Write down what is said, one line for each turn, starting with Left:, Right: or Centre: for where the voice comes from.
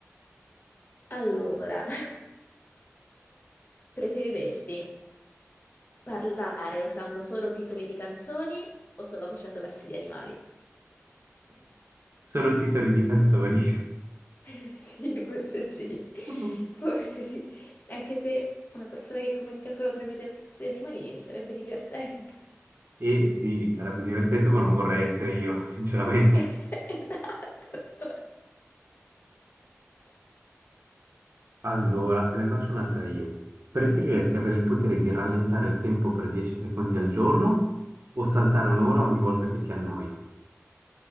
Left: Allora, <laughs> preferiresti parlare usando solo titoli di canzoni o solo facendo versi di animali?
Right: Solo titoli di canzoni.
Left: <laughs> Sì, forse sì,
Right: <laughs>
Left: forse sì, anche se una persona che comunica solo tramite versi di animali sarebbe divertente.
Right: E sì, sarebbe divertente, ma non vorrei essere io, <laughs> sinceramente.
Left: <laughs> Es- Esatto.
Right: Allora, te ne faccio un'altra io. Preferiresti avere il potere di rallentare il tempo per 10 secondi al giorno o saltare un'ora ogni volta che ti annoi?